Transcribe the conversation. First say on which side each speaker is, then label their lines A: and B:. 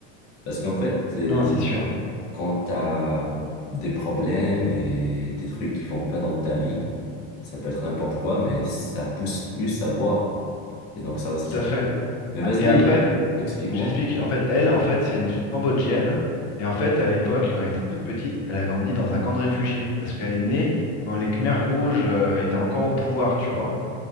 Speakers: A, on the left; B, on the left.
A: Parce qu'en fait, euh,
B: Non, c'est sûr,
A: quand t'as des problèmes et des trucs qui vont pas dans ta vie, ça peut être n'importe quoi, mais ça pousse plus à boire. Et donc, ça aussi,
B: tout
A: c'est.
B: à fait.
A: Mais
B: Ah,
A: vas-y,
B: Et après,
A: explique-moi.
B: je t'explique. En fait, elle, en fait, c'est une Cambodgienne. Et en fait, à l'époque, quand elle était toute petite, elle a grandi dans un camp de réfugiés, parce qu'elle est née quand les Khmers rouges euh, étaient encore au pouvoir, tu vois.